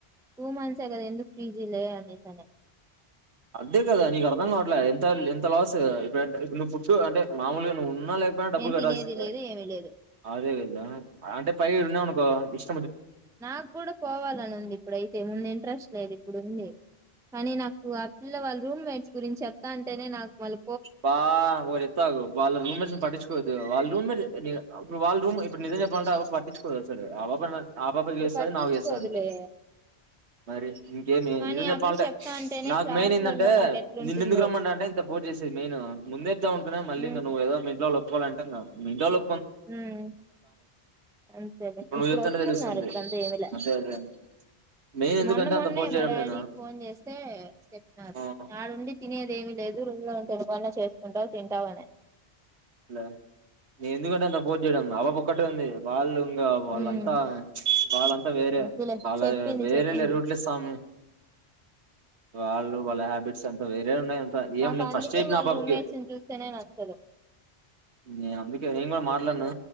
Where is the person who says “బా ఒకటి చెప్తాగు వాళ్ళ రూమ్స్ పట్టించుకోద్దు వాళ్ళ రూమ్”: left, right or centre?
Right